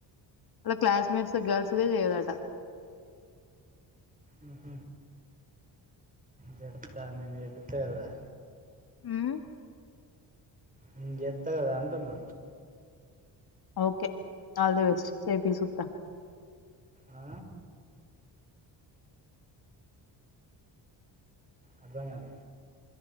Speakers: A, on the left; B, on the right.
A: వాళ్ళ క్లాస్మేట్స్ గల్స్దే చేయదాటా
B: ఆహ చెప్తా నే చెపీత్త కదా
A: హు
B: నిన్ చెత్త కదా అంటున్నా
A: ఓకే ఆల్ ద బెస్ట్ చేపియ్ సుత్త
B: ఆ? అర్ధం కాలే